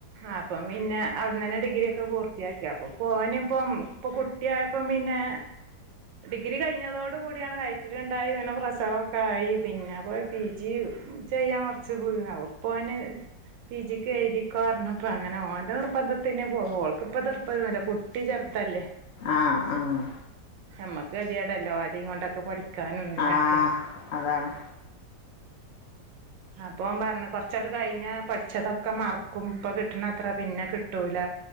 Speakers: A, on the right; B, on the left.
A: അപ്പം പിന്നെ അവിട്ന്നെന്നെ ഡിഗ്രി ഒക്കെ പൂർത്തിയാക്കി അപ്പൊ പോവാ ഓന്പ്പം പ്പൊകു ട്ടിയായപ്പം പിന്നെ ഡിഗ്രി കഴിഞ്ഞതോടു കൂടിയാണ് വയറ്റില്ണ്ടായി ഇങ്ങനെ പ്രസവക്കായി പിന്നെ അപ്പോപി ജി ചെയ്യാൻ കൊറച്ച് <unintelligible> അപ്പേ, ന് പി ജിക്ക് എഴുതിക്കൊറപ്പോ. അങ്ങനെ ഓന്റെ നിർബന്ധത്തിന് പോ ഓൾക്കിപ്പ തിർപ്പതിയൊന്നുല്ല. കുട്ടി ചെറുതല്ലെ.
B: ആഹ്‌ ആഹ്‌
A: ഞമ്മക്ക് കെത്യായേടല്ലേ. ഓ ലികൊണ്ടക്കെ പഠിക്കാനുതിനൊക്കെ
B: ആഹ് അതാണ്.
A: അപ്പോം പറഞ്ഞ കൊറച്ചങ്ങട്ട് കയി ഞ്ഞ പഠിച്ചതൊക്കെ മറക്കും. ഇപ്പൊ കിട്ടണത് പിന്നെ കിട്ടൂല